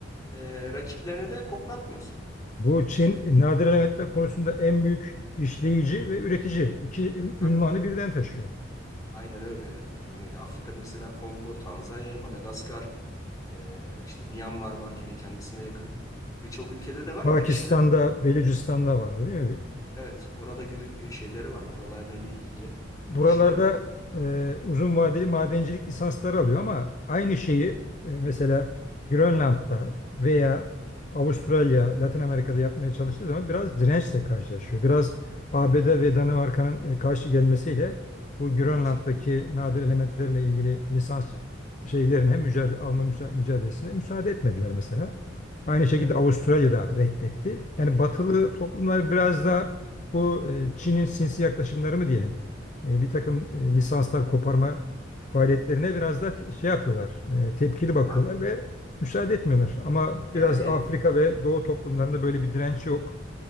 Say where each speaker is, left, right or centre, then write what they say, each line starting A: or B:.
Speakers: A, on the left; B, on the left.
A: e, rakiplerine de koklatmıyorsun.
B: Bu Çin
A: Mesela
B: e, nadir elementler konusunda en büyük işleyici ve üretici iki
A: tabii
B: ünvanı
A: tabii.
B: birden taşıyor.
A: Aynen öyle evet. Aynen öyle. Afrika'da mesela Kongo, Tanzanya, Madagaskar, e, işte Myanmar var ki ne kendisine yakın. Birçok ülkede de var
B: Pakistan'da,
A: girişimler.
B: Belucistan'da vardı değil mi?
A: Evet. Orada gir- e, şeyleri var. Oralarla ilgili
B: buralarda
A: projeleri var.
B: e, uzun vadeli madencilik lisansları alıyor ama aynı şeyi e, mesela Grönland'da veya Avustralya, Latin Amerika'da yapmaya çalıştığı zaman biraz dirençle karşılaşıyor. Biraz ABD ve Danimarka'nın e, karşı gelmesiyle bu Grönland'daki
A: Evet.
B: nadir elementlerle ilgili lisans şeylerine mücadele alma müsa- mücadelesine müsaade etmediler mesela. Aynı şekilde
A: Evet.
B: Avustralya da reddetti. Yani batılı
A: Tabii.
B: toplumlar biraz da bu e, Çin'in sinsi yaklaşımları mı diyelim? e, bir takım
A: Evet.
B: e, lisanslar koparma faaliyetlerine biraz da te- şey yapıyorlar, e, tepkili bakıyorlar
A: Abi
B: ve müsaade etmiyorlar. Ama biraz
A: yani
B: Afrika ve Doğu toplumlarında böyle bir direnç yok.